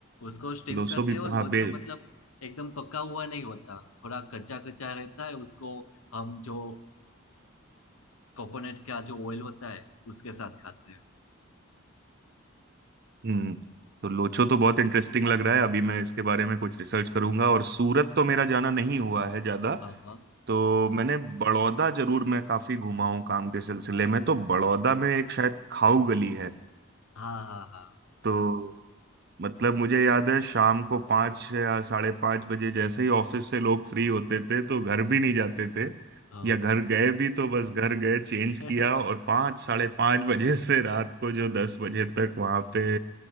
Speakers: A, on the left (about 80°); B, on the right (about 50°).
A: उसको स्टीम
B: लोसो
A: करते
B: भी
A: हो लोचो
B: हाँ बे
A: मतलब एकदम पका हुआ नहीं होता थोड़ा कच्चा कच्चा रहता है उसको हम जो कोकोनट का जो ऑयल होता है उसके साथ खाते हैं
B: हम्म तो लोचो तो बहुत इंटरेस्टिंग लग रहा है अभी मैं इसके बारे में कुछ रिसर्च करूंगा और सूरत तो
A: अरे,
B: मेरा जाना नहीं हुआ है ज्यादा
A: हाँ हाँ
B: तो मैंने बड़ौदा जरूर मैं काफी घुमा हूँ काम के सिलसिले
A: अच्छा
B: में तो बड़ौदा में एक शायद खाऊ गली है
A: हाँ हाँ हाँ
B: तो मतलब मुझे याद है शाम को पाँच या साढ़े पाँच बजे जैसे ही ऑफिस से लोग फ्री होते थे तो घर भी नहीं जाते थे
A: हाँ
B: या घर गए भी तो बस घर गए चेंज
A: <laughs>
B: किया और पाँच साढ़े पाँच बजे से रात को जो दस बजे तक वहाँ पे